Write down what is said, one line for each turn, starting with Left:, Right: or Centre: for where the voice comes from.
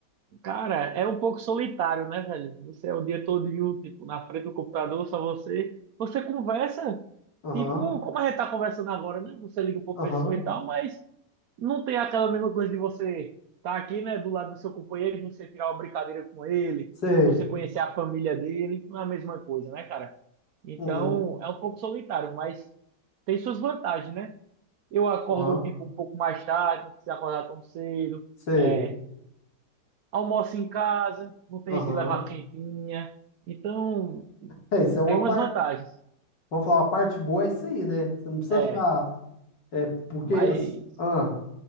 Right: Cara, é um pouco solitário, né, velho? Você é o dia todo, tipo, na frente do computador, só você. Você conversa,
Left: Aham,
Right: tipo, como a gente tá conversando agora, né? Você liga pra
Left: aham,
Right: pessoa e tal, mas não tem aquela mesma coisa de você estar aqui, né, do lado do seu companheiro, e você tirar uma brincadeira com ele,
Left: sei.
Right: você conhecer a família dele, não é a mesma coisa, né, cara? Então,
Left: Uhum,
Right: é um pouco solitário, mas tem suas vantagens, né? Eu acordo,
Left: aham,
Right: tipo, um pouco mais tarde, não precisa acordar tão cedo.
Left: sei.
Right: é, almoça em casa, não tem
Left: Aham.
Right: se levar quentinha. Então,
Left: É, é, isso é uma
Right: tem umas
Left: parte,
Right: vantagens.
Left: vamos falar, uma parte boa é isso aí, né? Você não precisa
Right: É,
Left: ficar. É porque,
Right: mas
Left: as- ah,